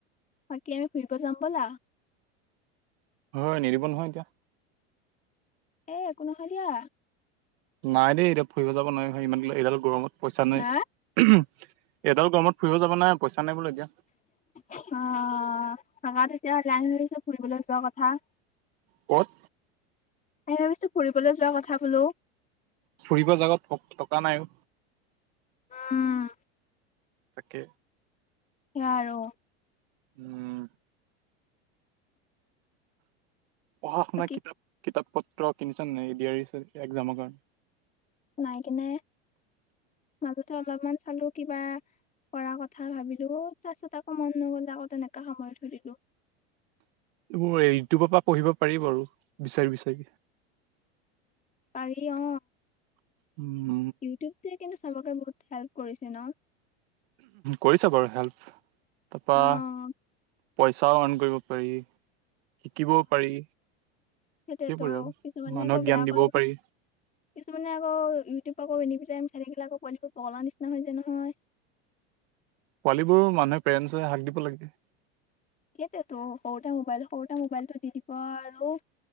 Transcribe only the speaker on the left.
বাকী আৰু আমি ফুৰিব যাম ব'লা।
এ একো নহয় দিয়া।
হা?
অ থাকক এতিয়া লৰালৰিকৈ ফুৰিবলৈ যোৱা কথা।
এই ভাবিছো ফুৰিবলৈ যোৱা কথা বোলো।
উম।
এৰা আৰু।
বাকী
নাই কিনা মাজতে অলপমান চালো কিবা কৰা কথা ভাবিলো তাৰ পিছত আকৌ মন নগলে আকৌ তেনেকা সময়ত থৈ দিলো।
পাৰি অ।
ইউটিউবটোৱে কিন্তু চবকে বহুত হেল্প কৰিছে ন।
অ',
সেইটোতো
কিছুমানে
আকৌ বেয়াকৈ
ইউ
কিছুমানে আকৌ ইউটিউব আকৌ এনে- গেম খেল বিলাকৰ পোৱালিবোৰ পগলা নিচিনা হয় যাই নহয়।
সেইটোতো সৰুতে মোবাইল সৰুতে মোবাইলটো দি দিব আৰু